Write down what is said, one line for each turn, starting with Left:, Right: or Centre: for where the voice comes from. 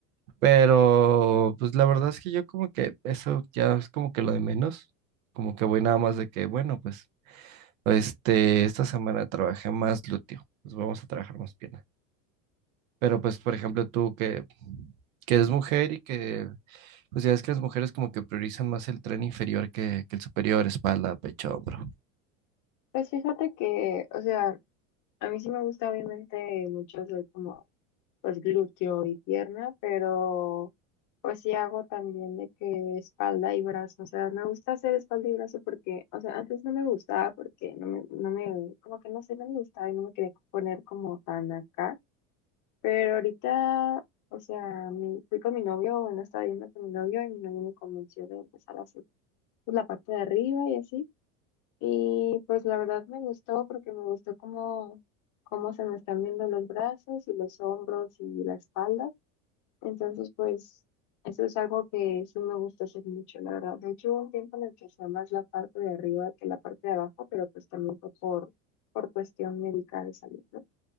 Right: Pero pues la verdad es que yo como que eso ya es como que lo de menos, como que voy nada más de que, bueno, pues este, esta semana trabajé más glúteo, pues vamos a trabajar más pierna. Pero pues, por ejemplo, tú que, que eres mujer y que, pues ya es que las mujeres como que priorizan más el tren inferior que, que el superior, espalda, pecho, hombro.
Left: pues fíjate que, o sea, a mí sí me gusta obviamente mucho hacer como pues glúteo y pierna, pero pues sí hago también de que espalda y brazo, o sea, me gusta hacer espalda y brazo porque, o sea, antes no me gustaba porque no me, no me, como que no sé, no me gustaba y no me quería poner como tan acá, pero ahorita, o sea, mi- fui con mi novio, bueno, estaba viendo con mi novio y mi novio me convenció de empezar a hacer pues, la parte de arriba y así, y pues la verdad me gustó porque me gustó como cómo se me están viendo los brazos y los hombros y la espalda. Entonces, pues, eso es algo que sí me gusta hacer mucho, la verdad. De hecho, hubo un tiempo en el que usaba más la parte de arriba que la parte de abajo, pero pues también fue por, por cuestión médica de salud, ¿no?